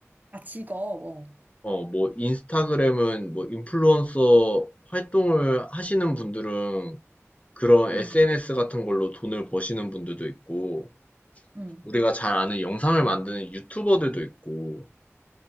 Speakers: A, on the right; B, on the left.
A: 아, 직업, 어.
B: 어, 뭐, 인스타그램은 뭐, 인플루언서 활동을 하시는 분들은 그런 SNS
A: 응,
B: 같은 걸로 돈을 버시는 분들도 있고,
A: 응.
B: 우리가 잘 아는 영상을 만드는 유튜버들도 있고,